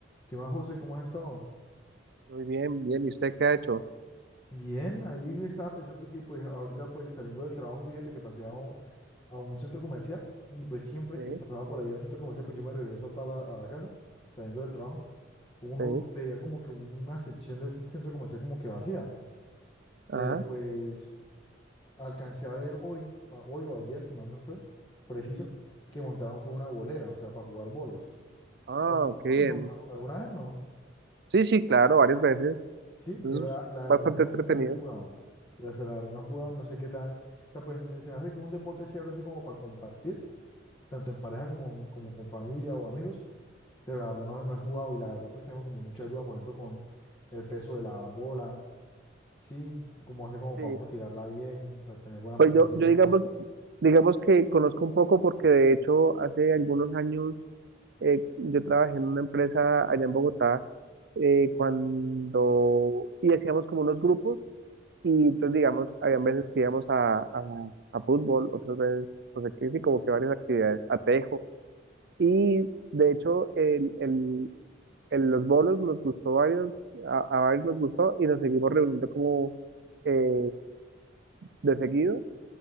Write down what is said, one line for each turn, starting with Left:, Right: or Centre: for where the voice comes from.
Left: ¿Qué más, José? ¿Cómo has estado?
Right: Muy bien, bien. ¿Y usted qué ha hecho?
Left: Bien, ahí estaba pensando que pues ahorita pues saliendo del trabajo, fíjate que pasé a un, a un centro comercial y pues siempre
Right: Sí,
Left: que pasaba por ahí al centro comercial pues yo me regreso para a la casa saliendo del trabajo. Uno
Right: sí.
Left: veía como que una sección del centro comercial como que vacía,
Right: Ajá.
Left: pero pues alcancé a ver hoy, a- hoy o ayer, si mal no estoy, preciso, que montaron fue una bolera, o sea, para jugar bolos.
Right: Ah,
Left: ¿Has jugado bolos?
Right: qué bien.
Left: No, ¿alguna vez no?
Right: Sí, sí, claro, varias veces.
Left: Sí,
Right: Eso
Left: yo la,
Right: es
Left: la
Right: bastante
Left: verdad no,
Right: entretenido.
Left: no he jugado. O sea, la verdad no he jugado, no sé qué tal. O sea, pues me- se me hace que es un deporte chévere así como para compartir, tanto en pareja como, como con familia o amigos, pero la verdad no, no he jugado y la verdad pues tengo como muchas dudas, por ejemplo, con el peso de la bola, sí, como hace como
Right: Sí.
Left: para uno tirarla bien, o sea, tener buena
Right: Pues
Left: puntería
Right: yo, yo
Left: y demás.
Right: digamos, digamos que conozco un poco porque de hecho hace algunos años eh, yo trabajé en una empresa allá en Bogotá eh, cuando y hacíamos como unos grupos y entonces digamos, habían veces que íbamos a, a, a fútbol, otras veces, no sé qué, sí, como que varias actividades, a tejo. Y de hecho, el, el en los bolos nos gustó varios, a, a varios nos gustó y nos seguimos reuniendo como eh, de seguido